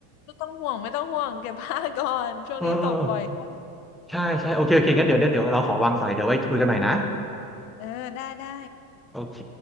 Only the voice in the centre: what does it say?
เออเออเออใช่ใช่โอเคโอเคงั้นเดี๋ยวเดี๋ยวเดี๋ยวเราขอวางสายเดี๋ยวไว้คุยกันใหม่นะ
โอเค